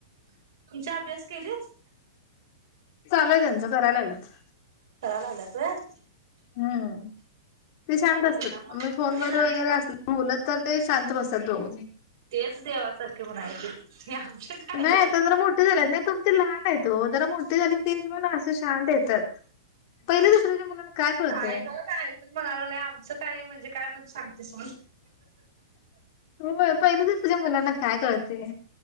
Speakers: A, on the right (about 70°); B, on the left (about 50°).
A: तुमचे अभ्यास केल्यात
B: चालूय त्यांचं, करायला लागलंच
A: कराया लागलात होय?
B: हम्म ते शांत असतात,
A: एकदा मोठी
B: मी फोनवर
A: झाली
B: वगैरे
A: की
B: असले बोलत तर ते शांत बसतात दोघ
A: तेच देवासारखे म्हणायचे हे आमचे काय
B: नाही आता जरा मोठे झाले ना, तुमचे लहान आहेत. तो जरा मोठे झाली की तेच मुलं असे शांत येतात. पहिली दुसरीच्या मुलांना काय कळतय
A: ऐकायला काय ऐकून म्हणायला लागलंय आमचं काय म्हणजे काय म्हण सांगतेस
B: हो हो पहिली दुसरीच्या मुलांना काय कळतंय?